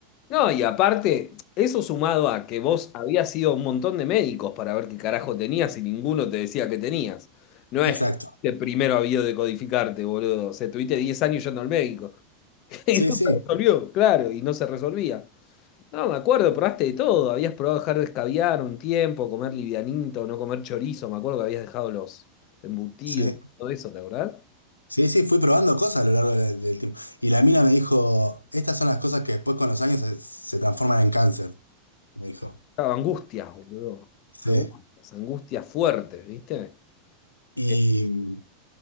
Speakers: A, on the left; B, on the left.
A: No, y aparte, eso sumado a que vos habías ido a un montón de médicos para ver qué carajo tenías y ninguno te decía que tenías. No es
B: Exacto.
A: que primero había de codificarte, boludo. O sea, estuviste 10 años yendo al médico. <laughs> Y
B: Sí,
A: no
B: sí,
A: se resolvió, claro, y no se resolvía. No, me acuerdo, probaste de todo. Habías probado dejar de escabiar un tiempo, comer livianito, no comer chorizo. Me acuerdo que habías dejado los embutidos,
B: sí.
A: todo eso, ¿te acordás?
B: Sí, sí, fui probando cosas a lo largo de- del tiempo. Y la mina me dijo, estas son las cosas que después con los años se, se transforman en cáncer, me dijo.
A: Claro, angustias, boludo.
B: Sí.
A: Angustias, angustias fuertes, ¿viste?
B: ¿Y
A: Es